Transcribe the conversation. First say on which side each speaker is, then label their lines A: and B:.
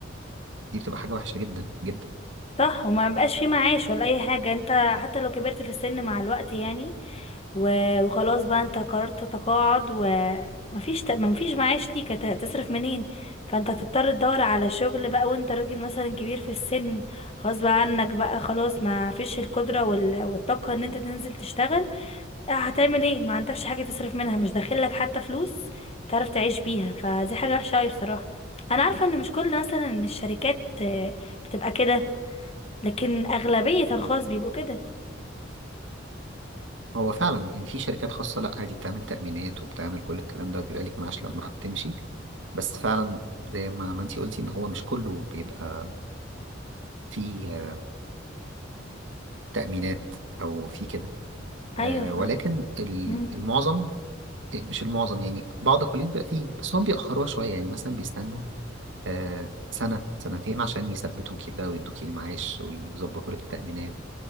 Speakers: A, on the right; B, on the left.
A: دي بتبقى حاجة وحشة جدا جدا
B: صح وما بقاش في معاش ولا اي حاجة انت حتى لو كبرت في السن مع الوقت يعني و- وخلاص بقى انت قررت تتقاعد ومفيش ت... مفيش معاش ليك هت- هتصرف منين فانت هتضطر تدور على شغل بقى وانت راجل مثلا كبير في السن غصب عنك بقى خلاص ما فيش القدرة وال... والطاقة ان انت تنزل تشتغل اه، هتعمل ايه ما عندكش حاجة تصرف منها مش داخلك حتى فلوس تعرف تعيش بيها فدي حاجة وحشة قوي بصراحة انا عارفة ان مش كل مثلا الشركات آه، بتبقى كده لكن اغلبية الخاص بيبقوا كده
A: هو فعلا يعني في شركات خاصة لا عادي بتعمل تأمينات وبتعمل كل الكلام ده بيبقى ليك معاش لما بتمشي بس فعلا زي ما ما انتي قلتي ان هو مش كله بيبقى فيه آه، تأمينات او فيه كده آه،
B: ايوه فاهمة
A: ولكن ال-
B: مم.
A: المعظم إيه، مش المعظم يعني بعض قليل بقى فيه بس هم بيأخروها شوية يعني مثلا بيستنوا آه، سنة سنتين عشان يثبتوكي بقى ويدوكي المعاش ويظبطوا لك التأمينات